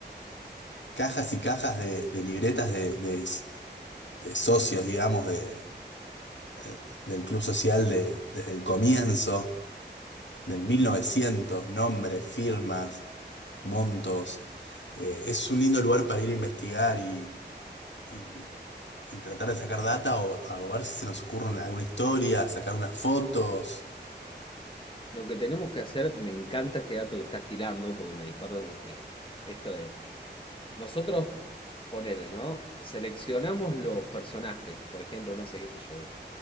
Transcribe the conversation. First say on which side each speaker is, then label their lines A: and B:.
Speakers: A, on the left; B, on the left.
A: cajas y cajas de, de libretas de, de- de socios, digamos, de, eh, del club social de- desde el comienzo, del 1900 nombres, firmas, montos. Eh, es un lindo lugar para ir a investigar y... y- y tratar de sacar data o, o ver si se nos ocurre alguna historia, sacar unas fotos.
B: Lo que tenemos que hacer, me encanta este dato que estás tirando, porque me disparó eh, esto de... Nosotros, ponele, ¿no? Seleccionamos los personajes, por ejemplo, no sé qué sé yo,